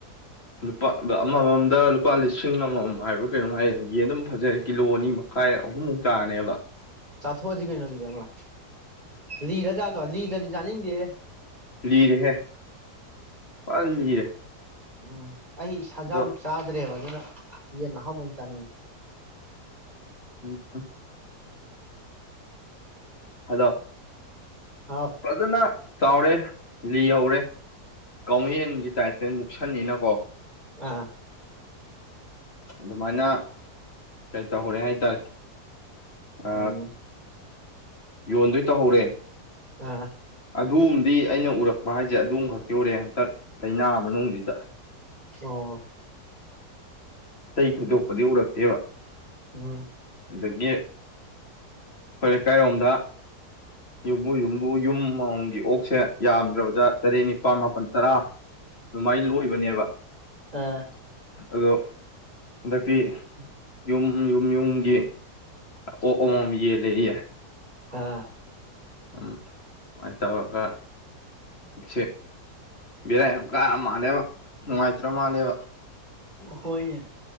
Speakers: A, on the left; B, on the right.
A: ꯂꯨꯄꯥ ꯑꯃꯃꯝꯗ ꯂꯨꯄꯥ ꯂꯤꯁꯤꯡ ꯑꯃꯃꯝ ꯍꯥꯏꯕ꯭ꯔꯥ ꯀꯩꯅꯣꯝ ꯍꯥꯏ ꯌꯦꯟ ꯑꯗꯨꯝ ꯐꯖꯔꯦ ꯀꯤꯂꯣ ꯑꯅꯤ ꯃꯈꯥꯏ ꯑꯍꯨꯝꯃꯨꯛ ꯇꯥꯅꯦꯕ
B: ꯆꯥꯊꯣꯛ ꯍꯧꯖꯤ ꯀꯩ ꯅꯠꯇꯔꯦꯃ ꯂꯤꯔ ꯆꯥ ꯂꯤꯔ ꯅꯤꯡ ꯗꯦ
A: ꯂꯤꯔꯦ ꯐꯖꯅ ꯂꯤꯔꯦ
B: ꯎꯝ ꯑꯩ ꯁꯖꯥꯎ
A: ꯑꯗꯣ
B: ꯆꯥꯗ꯭ꯔꯦꯕ ꯑꯗꯨꯅ ꯌꯦꯟ ꯑꯍꯥꯎꯕ ꯆꯅꯤꯡꯉꯦ
A: ꯎꯝ ꯑꯗꯣ
B: ꯍꯥꯎ
A: ꯐꯖꯅ ꯆꯥꯎꯔꯦ ꯂꯤꯍꯧꯔꯦ ꯀꯧꯅꯌꯦꯟ ꯒꯤ ꯇꯥꯏꯞꯇ ꯁꯟꯅꯤꯅ ꯀꯣ
B: ꯑ
A: ꯑꯗꯨꯃꯥꯏꯅ ꯀꯩ ꯇꯧꯍꯧꯔꯦ ꯍꯥꯏꯇꯥꯔꯦ ꯑ
B: ꯎꯝ
A: ꯌꯣꯟꯗꯣꯏ ꯇꯧꯍꯧꯔꯦ
B: ꯑꯥ
A: ꯑꯗꯨꯝꯗꯤ ꯑꯩꯅ ꯎꯔꯛꯄ ꯍꯥꯏꯁꯦ ꯑꯗꯨꯝ ꯈꯛꯀꯤ ꯎꯔꯦ ꯍꯟꯇꯛ ꯂꯥꯏꯅꯥ ꯃꯅꯨꯡꯁꯤꯗ
B: ꯑꯣ
A: ꯆꯩ ꯊꯣꯏꯗꯣꯛꯄꯗꯤ ꯎꯔꯛꯇꯦꯕ
B: ꯎꯝ
A: ꯑꯗꯒꯤ ꯑꯩꯈꯣꯏ ꯂꯩꯀꯥꯏꯔꯣꯝꯗ ꯌꯨꯝꯕꯨ ꯌꯨꯝꯕꯨ ꯌꯨꯝ ꯑꯃꯝꯃꯝꯒꯤ ꯑꯣꯛꯁꯦ ꯌꯥꯝꯗ꯭ꯔꯕꯗ ꯇꯔꯦꯠ ꯅꯤꯄꯥꯜ ꯃꯥꯄꯜ ꯇꯔꯥ ꯑꯗꯨꯃꯥꯏꯅ ꯂꯣꯏꯕꯅꯦꯕ
B: ꯑꯥ
A: ꯑꯗꯣ ꯍꯟꯗꯛꯇꯤ ꯌꯨꯝ ꯌꯨꯝ ꯌꯨꯝꯒꯤ ꯑꯣꯛ ꯑꯃꯃꯝ ꯌꯦꯜꯂꯦ ꯌꯦ
B: ꯑꯥ
A: ꯎꯝ ꯁꯃꯥꯏꯅ ꯇꯧꯔꯒ ꯆꯁꯦ ꯕꯦꯔ ꯌꯥꯝ ꯀꯥꯔ ꯃꯥꯜꯂꯦꯕ ꯅꯨꯡꯉꯥꯏꯇ꯭ꯔ ꯃꯥꯜꯂꯦꯕ
B: ꯍꯣꯏꯅꯦ